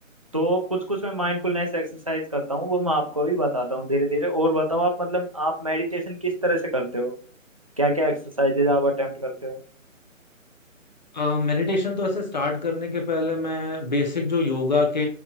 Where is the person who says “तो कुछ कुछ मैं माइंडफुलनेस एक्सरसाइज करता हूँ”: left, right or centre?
Right